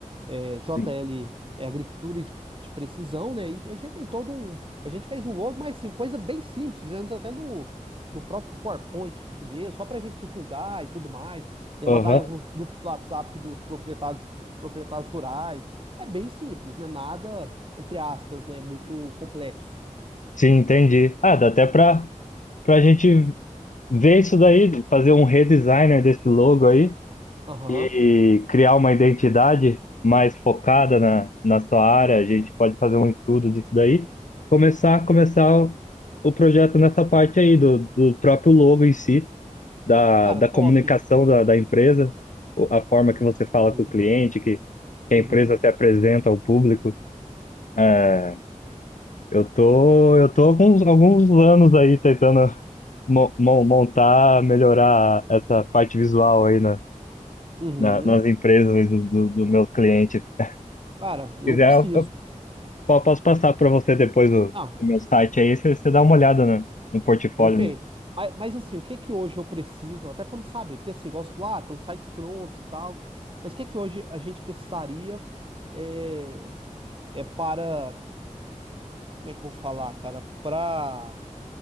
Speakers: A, on the right; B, on the left.
A: É, JL
B: Sim.
A: é agricultura de, de precisão, né? E a gente tem todo um, a gente fez um logo, mas sim, coisa bem simples, fizemos até no, no próprio PowerPoint mesmo, só para a gente divulgar e tudo mais, é,
B: Aham.
A: mandar em alguns grupos do WhatsApp que dos proprietários, proprietários rurais, é bem simples, né? Nada, entre aspas, né? Muito complexo.
B: Sim, entendi. Ah, dá até para para gente ver isso daí, fazer um redesigner desse logo aí
A: Aham.
B: e criar uma identidade mais focada na, na sua área. A gente pode fazer um estudo disso daí, começar começar o, o projeto nessa parte aí do, do próprio logo em si da,
A: Cara,
B: da comunicação
A: top.
B: da, da empresa, o- a forma que você fala
A: Uhum,
B: com o cliente, que, que a
A: uhum,
B: empresa se apresenta ao público. É, eu tô, eu tô alguns, alguns anos aí tentando mo- mo- montar, melhorar essa parte visual aí na,
A: uhum.
B: na- nas empresas aí do, do, dos meus clientes. Se
A: Cara, eu
B: quiser,
A: preciso.
B: eu, eu po- posso passar para você depois o,
A: Ah,
B: o meu site aí, você você dá uma olhada no, no portfólio.
A: perfeito. Mas, mas, assim, o que que hoje eu preciso? Até para saber, porque assim, gosto lá, tem uns sites prontos e tal. Mas o que que hoje a gente precisaria é, é para, como é que eu vou falar, cara? Para